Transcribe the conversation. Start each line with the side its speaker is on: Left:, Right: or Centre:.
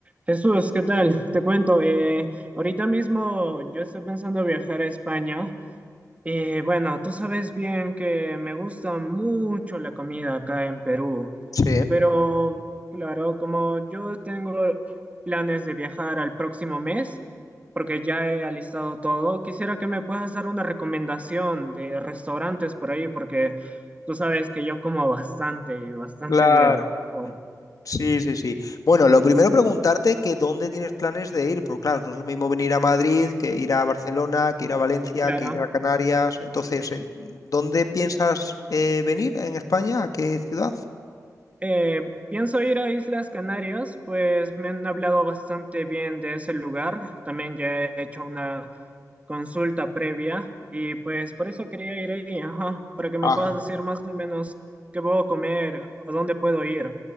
Right: Jesús, ¿qué tal? Te cuento, eh, ahorita mismo yo estoy pensando viajar a España. Y bueno, tú sabes bien que me gusta mucho la comida acá en Perú,
Left: Sí,
Right: pero claro, como yo tengo planes de viajar al próximo mes, porque ya he alistado todo, quisiera que me puedas dar una recomendación de restaurantes por ahí, porque tú sabes que yo como bastante y bastante
Left: claro.
Right: bien, por favor.
Left: Sí, sí, sí. Bueno, lo primero preguntarte que dónde tienes planes de ir, porque claro, no es lo mismo venir a Madrid que ir a Barcelona, que ir a Valencia,
Right: Claro.
Left: que ir a Canarias. Entonces, ¿en- ¿dónde piensas eh, venir en España? ¿A qué ciudad?
Right: Eh, pienso ir a Islas Canarias, pues me han hablado bastante bien de ese lugar. También ya he hecho una consulta previa y pues por eso quería ir ahí, ajá, para que me
Left: Ajá.
Right: puedas decir más o menos qué puedo comer, a dónde puedo ir.